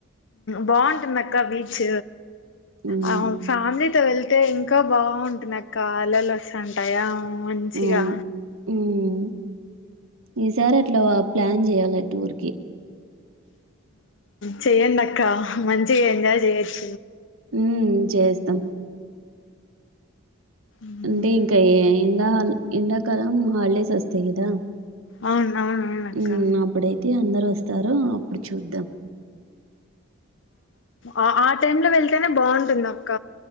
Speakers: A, on the left; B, on the right.
A: బాగుంటుంది అక్క బీచ్
B: అవును
A: ఆ ఫ్యామిలీ అత వెళ్తే ఇంకా బాగుంటుంది అక్కళ్ళలు వస్తుంటాయా మంచించిగా
B: అవును ఉమ్. ఈసారి అట్లా ప్లాన్ చేయాలి ఆ టూర్కిి
A: చె్యంటక్కా మంచించి ఎంజాయ్ చేయచ్చ
B: ఉ చేస్తాం
A: మ్మ్
B: అంటే ఇంకా ఎడా ఎండాకాలం హల్డేస్ వస్తాయి కదా
A: అవును అవునవును అక్క
B: ఉ అప్పుడైతే అందరు వస్తారు అప్పుడు చూద్దాం
A: ఆ ఆ టైమ్ లో వెళ్తేనే బాగుంటుంది అక్క